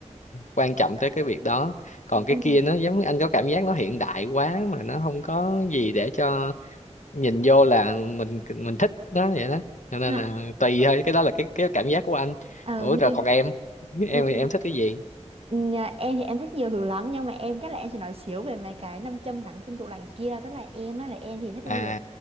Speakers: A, on the left; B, on the right.
A: quan trọng tới cái việc đó còn
B: ừ
A: cái kia nó giống anh có cảm giác nó hiện đại quá mà nó không có gì để cho nhìn vô là mình mình thích đó vậy đó cho nên
B: Hả?
A: là tùy thôi cái đó là cái cái cảm giác của anh
B: ờ
A: ủa
B: như
A: rồi còn em <laughs>
B: Ừ,
A: em
B: ừ,
A: thì em thích cái gì
B: nhà em thì em thích nhiều thứ lắm nhưng mà em chắc là em sẽ nói xíu về mấy cái nam châm gắn trên tủ lạnh kia tức là em á là em thì thích đi
A: à
B: du lịch